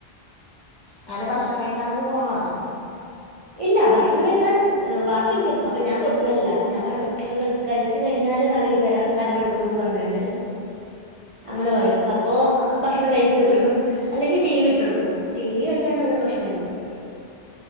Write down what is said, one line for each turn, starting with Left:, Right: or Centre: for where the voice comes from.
Left: അങ്ങനെ ഭക്ഷണം കഴിക്കാനൊക്കെ ഫോണ് വേണോ
Right: ഇല്ല ഭക്ഷണം കഴിക്കാൻ വാശുടിക്കും അപ്പൊ ഞാൻ കൊടുക്കലില്ല ഞാൻ പറയും ഭക്ഷണം ക കഴിച്ച് കഴിഞ്ഞാല് വാ ണെങ്കി തരാ അരമണിക്കൂർന്ന് പറഞ്ഞാണ്ട് അങ്ങനെ പറയും അപ്പൊ ഭക്ഷണം കഴിച്ച് അല്ലെങ്കി ടി വി ഇട്ടൊട്ക്കും ടി വി കണ്ടാണ്ട് അങ്ങനെ ഭക്ഷണം കഴിക്കും